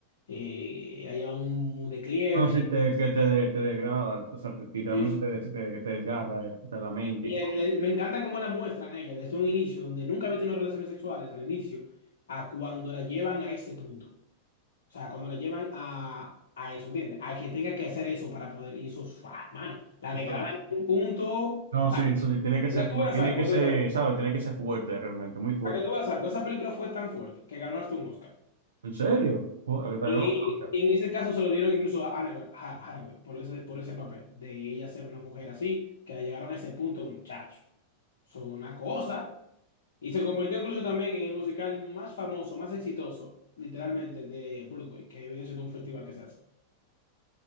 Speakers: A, on the left (about 65°); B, on the right (about 70°).
A: eh, ha llevado un, un declive.
B: No, sí, te, que te, de- te degrada, o sea, te- literalmente
A: Es-
B: te, des- te, te desgarra, eh, o sea, la mente
A: y
B: y todo.
A: el- el- me encanta cómo la muestran a ella desde un inicio, donde nunca había tenido relaciones sexuales al inicio, a cuando la llevan a ese punto. O sea, cuando la llevan a, a eso, ¿entiendes? A que tenga que hacer eso para poder, y eso, ¡fua! mano, la
B: Entonces,
A: degradan en un punto. o
B: No,
A: sea,
B: sí, eso sí, tiene
A: que
B: que ser,
A: tú
B: fu-
A: veas
B: tiene
A: algo,
B: que ser,
A: ¿no?
B: ¿sabes? Tiene que ser fuerte, realmente, muy fuerte.
A: Para que tú veas algo, esa película fue tan fuerte que ganó hasta un Oscar.
B: ¿En serio? Oh, ¿a qué tal?
A: Y,
B: No, no,
A: y en ese caso se lo dieron incluso a Anne Hathaway Ha- Hathaway por ese, por ese papel, de ella ser una mujer así, que la llegaron a ese punto, muchacho. Son una cosa. Y se convirtió incluso también en el musical más famoso, más exitoso, literalmente, de Broadway, que viene siendo un festival que se hace.